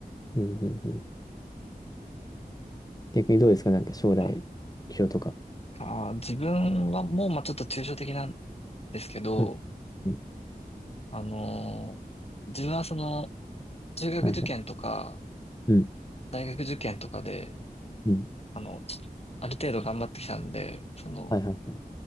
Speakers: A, on the left; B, on the left.
A: うん、うん、うん。逆にどうですかなんか将来、
B: はい
A: 目標とか。
B: あー、自分はもう、まあ、ちょっと抽象的なんですけど、
A: うん、うん。
B: あのー自分はその、中学受験とか、
A: はい、はい。うん。
B: 大学受験とかで、
A: うん
B: あの、ちょっと、ある程度頑張ってきたんで、その、
A: はいはいはい。